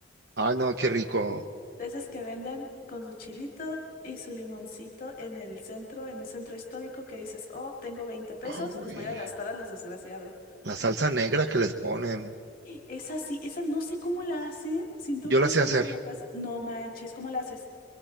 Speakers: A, on the right; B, on the left.
A: Ay, no, qué rico.
B: De esas que venden con su chilito y su limoncito en el centro, en un centro histórico que dices, oh, tengo veinte pesos,
A: Ay,
B: los voy a gastar a los desgraciados.
A: la salsa negra que les ponen.
B: Esa sí, esa no sé cómo la hace, siento
A: Yo
B: que
A: la
B: es
A: sé
B: salsa
A: hacer.
B: de casa. No manches, ¿cómo la haces?